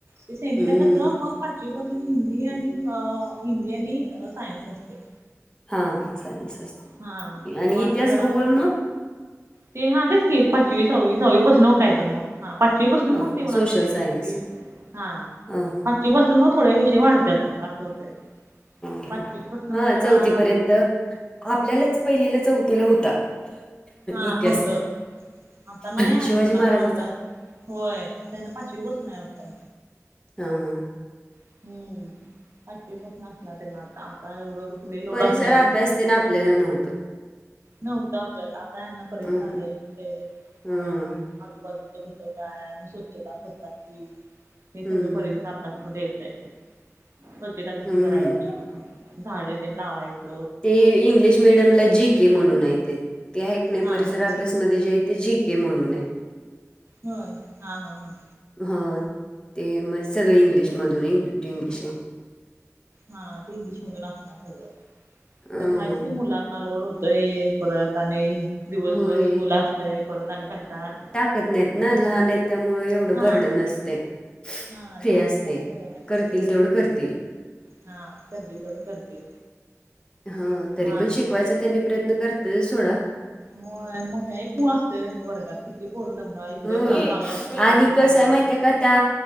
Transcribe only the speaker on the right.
ते सेमीला
कसं मग पाचवीपासून हिंदी आणि हिंदी आणि सायन्स असते
हा
मग आता
जरा
ते हा तेच पाचवी सहावी सहावी पासून हो काय तर मग हा पाचवीपासून
मोठी पण
असते हिस्ट्री
हा
पासून मग थोडे विषय वाढतात मग असं होते
पाचवीपासन मग
जरा
हा
होत आता नाही आहात
मुलांना
अभ्यास होय आता त्यांना पाचवी पासून आहे वाटतय
हम्म पाचवी पासून असतय त्यांना आता आता एवढं कसली लोड
असे ना
नव्हत आपल्याला आता यांना परिचर
आलेय ते
अ आजूबाजूच कस काय मग स्वच्छता अस असत की हे सगळं
परिसर अभ्यासमध्ये येतंय स्वच्छता कशी
करायची. झाडे तेन लावायच.
हा
ठीक आहे.
होय हा हा हा
हा ते इंग्लिश मधून असणार सगळं
तर हायच की मुलांना लोड होत य परत आणि दिवसभर
स्कूल असतय परत आणि कंटाळा
हा
हा
लहान
आहेत त्यामुळे एवढं काय नसतय
सोड
हा करतील तेवढं करतील.
लहान
होय मग एक मु असतयं व्हय ग किती पोर दंगा इकड
एक कालवा असतोय
इकडं
चालू
असतय.